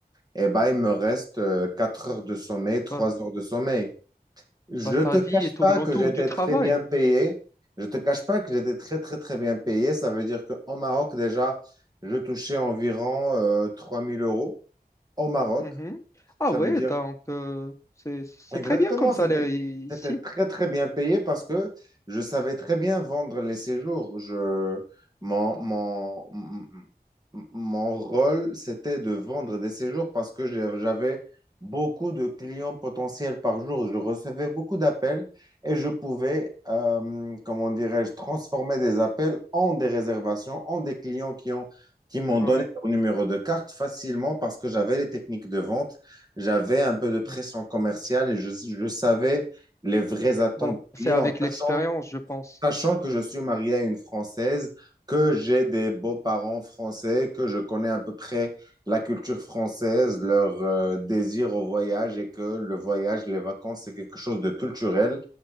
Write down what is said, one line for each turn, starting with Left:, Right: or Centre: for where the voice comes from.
Right: eh ben, il me reste euh, 4 heures de sommeil, 3
Left: Bah,
Right: heures de sommeil. Je
Left: bah, ta
Right: ne te
Left: vie
Right: cache
Left: tourne
Right: pas que
Left: autour
Right: j'étais
Left: du travail.
Right: très bien payé. Je ne te cache pas que j'étais très, très, très bien payé. Ça veut dire qu'au Maroc, déjà, je touchais environ euh, 3000 euros au Maroc.
Left: Mhm. Ah
Right: Ça
Left: ouais,
Right: veut dire
Left: donc euh, c'est c'est
Right: Exactement,
Left: très bien comme salaire
Right: c'était,
Left: i- ici.
Right: c'était très très bien payé parce que je savais très bien vendre les séjours. Je, mon, mon, m- m- mon rôle, c'était de vendre des séjours parce que j'ai- j'avais beaucoup de clients potentiels par jour. Je recevais beaucoup d'appels et je pouvais, euh, comment dirais-je, transformer des appels en des réservations, en des clients qui ont, qui m'ont
Left: Ouais.
Right: donné leur numéro de carte facilement parce que j'avais les techniques de vente j'avais un peu de pression
Left: ouais.
Right: commerciale et je, je savais les vraies attentes
Left: Bah, c'est
Right: des clients,
Left: avec l'expérience,
Right: sachant,
Left: je pense.
Right: sachant que je suis marié à une Française, que j'ai des beaux-parents français, que je connais à peu près la culture française, leur euh, désir au voyage et que le voyage, les vacances, c'est quelque chose de culturel